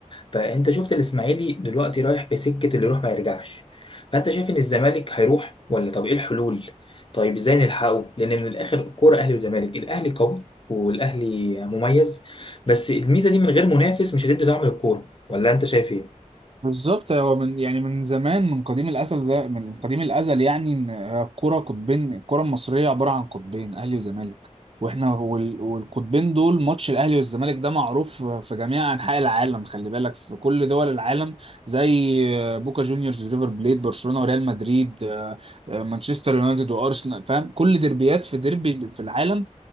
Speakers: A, on the left; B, on the right.
A: فانت شفت الاسماعيلي دلوقتي رايح بسكه اللي يروح ما يرجعش فانت شايف ان الزمالك هيروح ولا طب ايه الحلول طيب ازاي نلحقه لان من الاخر الكوره اهلي وزمالك الاهلي قوي والاهلي مميز بس الميزه دي من غير منافس مش هتدي دعم للكوره ولا انت شايف ايه
B: بالظبط هو من يعني من زمان من قديم الازل زي من قديم الازل يعني ان الكوره قطبين الكوره المصريه عباره عن قطبين اهلي وزمالك واحنا وال- والقطبين دول ماتش الاهلي والزمالك ده معروف في جميع انحاء العالم خلي بالك في كل دول العالم زي بوكا جونيورز ريفر بليت برشلونه وريال مدريد آه، آه، مانشستر يونايتد وارسنال فاهم كل ديربيات في ديربي في العالم